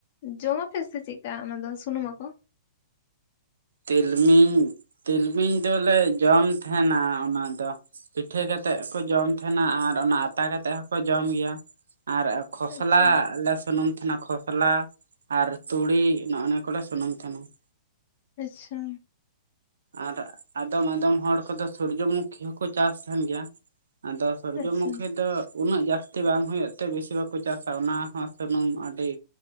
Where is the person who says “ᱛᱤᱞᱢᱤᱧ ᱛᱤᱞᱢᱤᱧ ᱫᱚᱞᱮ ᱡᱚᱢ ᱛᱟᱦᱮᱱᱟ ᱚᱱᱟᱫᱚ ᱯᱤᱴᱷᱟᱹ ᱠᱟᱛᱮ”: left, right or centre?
Right